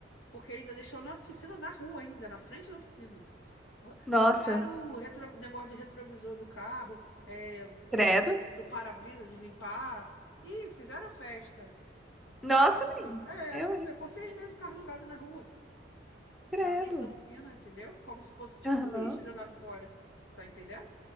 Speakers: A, on the left; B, in the centre.
A: porque ainda deixou na oficina, na rua ainda, na frente da oficina. Rou-
B: Nossa,
A: Roubaram o retro- negócio de retrovisor do carro, é, coisa
B: credo.
A: do para-brisa de limpar, e fizeram a festa,
B: Nossa,
A: sabe? Assim, É,
B: meu, eu,
A: porque
B: hein?
A: foi seis meses o carro jogado na rua,
B: Credo.
A: na frente da oficina, entendeu? Como se fosse tipo
B: Aham,
A: um lixo jogado fora, tá entendendo?